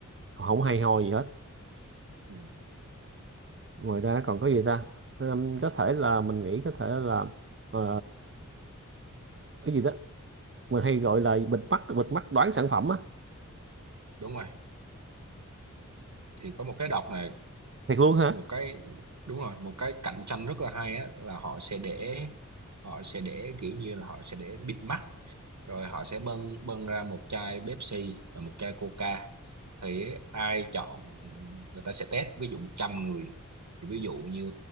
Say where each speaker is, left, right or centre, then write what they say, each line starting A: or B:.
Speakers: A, on the right; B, on the right.
A: không hay ho gì hết
B: Ừ.
A: ngoài ra còn có gì ta Ừm, có thể là mình nghĩ có thể là ờ, cái gì đó mình hay gọi là bịt mắt bịt mắt đoán sản phẩm á
B: đúng rồi thì có một cái đọc này
A: thiệt luôn hả
B: một cái đúng rồi một cái cạnh tranh rất là hay á là họ sẽ để họ sẽ để kiểu như là họ sẽ để bịt mắt rồi họ sẽ bưng bưng ra một chai Pepsi và một chai Coca thì ai chọn người ta sẽ test ví dụ 100 người thì ví dụ như